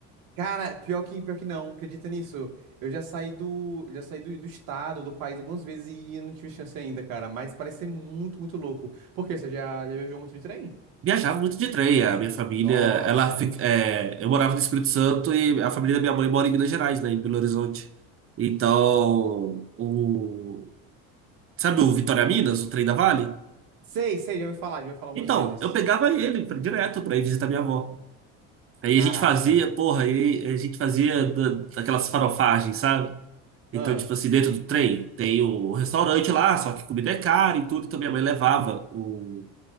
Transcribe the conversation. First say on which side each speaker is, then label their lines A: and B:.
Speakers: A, on the right; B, on the right.
A: Cara, pior que, pior que não, acredita nisso? Eu já saí do, já saí do, do estado, do país algumas vezes e eu não tive chance ainda, cara. Mas parece ser muito, muito louco. Por quê? Você já, já viajou muito de trem?
B: Viajava muito de trem. A minha família,
A: Nossa.
B: ela fica, é, eu morava no Espírito Santo e a família da minha mãe mora em Minas Gerais, né? Em Belo Horizonte. Então, o, sabe o Vitória Minas, o trem da Vale?
A: Sei, sei, já ouvi falar, já ouvi falar algumas
B: Então,
A: vezes.
B: eu pegava ele pra- direto pra ir visitar minha avó. Aí
A: Caraca.
B: a gente fazia, porra, aí a gente fazia da- daquelas farofagens, sabe? Então,
A: Ah,
B: tipo assim, dentro do trem tem o restaurante lá, só que comida é cara e tudo. Então minha mãe levava o-